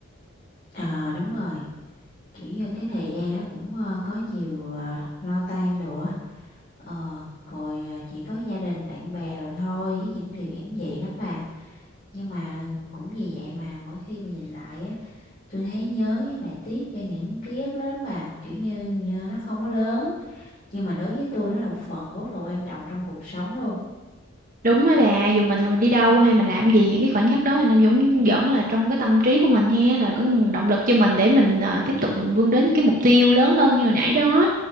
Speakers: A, on the left; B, on the right.
A: Ờ đúng rồi, kiểu như cái thời gian nó cũng ờ, có nhiều ờ, lo toan đồ á. Ờ rồi ờ, chỉ có gia đình, bạn bè rồi thôi với những điều giản dị lắm bà. Nhưng mà cũng vì vậy mà mỗi khi mà nhìn lại á tôi thấy nhớ với lại tiếc cho những ký ức đó lắm bà kiểu như, như nó không có lớn nhưng mà đối với tôi nó là một phần rất là quan trọng trong cuộc sống luôn
B: Đúng á bà, dù mình còn đi đâu hay mình làm gì những cái khoảnh khắc đó thì nó vẫn vẫn là trong cái tâm trí của mình ha là có động lực cho mình để mình à, tiếp tục mình vươn đến những cái mục tiêu lớn hơn như hồi nãy đó.